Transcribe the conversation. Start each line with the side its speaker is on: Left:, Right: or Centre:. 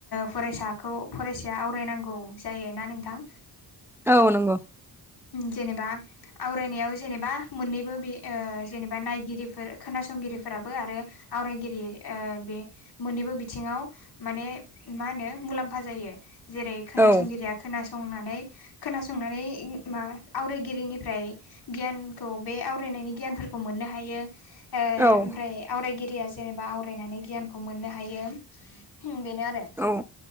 Left: फरायसाखौ फरायसाया आवरायनांगौ जायो ना नोंथां
Centre: औ नंगौ
Left: जेनेबा आवरायनायाव जेनेबा मोननैबो बि जेनेबा नायगिरिफोर खोनासंगिरिफोराबो आरो आवरायगिरि बे मोननैबो बि थिङाव माने मा होनो मुलाम्फा जायो जेरै खोनासंगिरिया
Centre: औ
Left: खोनासंनानै खोनासंनानै मा आवरायगिरिनिफ्राय गियानखौ बे आवरायनायनि गियानफोरखौ मोननो हायो। ओ
Centre: औ
Left: ओमफ्राय आवरायगिरिया जेनेबा आवरायनानै गियानखौ मोननो हायो ओ बेनो आरो
Centre: औ